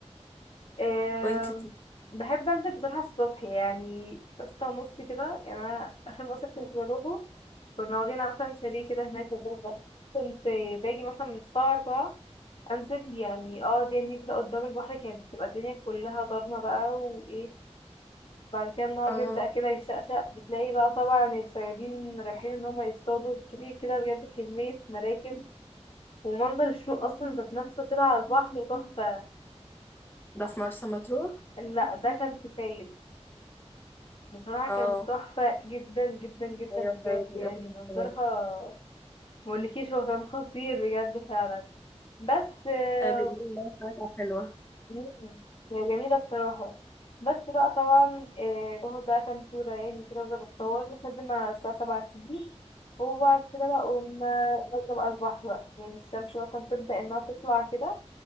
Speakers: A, on the left; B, on the left.
A: آم،
B: وانتي بت-
A: بحب انزل بصراحه الصبح يعني ستة ونص كده يعني انا اخر مصيف كنت بروحه كنا واخدين مثلا شاليه كده هناك في الغردقة. كنت باجي مثلا من الساعه أربعة انزل يعني اه دنيا كده قدام البحر كانت بتبقى الدنيا كلها ضلمه بقى وايه بعد كده النهار
B: اه
A: بيبدأ كده يشقشق بتلاقي بقى طبعا الصيادين رايحين ان هم يصطادوا بتشوفي كده بجد كمية مراكب ومنظر الشروق اصلا ذات نفسه كده على البحر تحفة
B: ده في مرسى مطروح
A: لا ده كان في فايد بصراحة
B: اه
A: كان تحفة جدا جدا جدا
B: ايوه
A: بجد
B: طيب بيقولوا
A: يعني
B: كده
A: منظرها
B: برضه.
A: مقولكيش هو كان خطير بجد فعلا بس آه،
B: آه، بيقولوا المياه بتاعتها حلوة
A: مم، هي جميلة بصراحة بس بقى طبعا آه، باخد بقى كام صورة يعني كده افضل اتصور لحد ما الساعة سبعة تيجي وبعد كده بقوم آه، نازلة بقى البحر بقى يعني الشمس بقى كانت تبدأ انها تطلع كده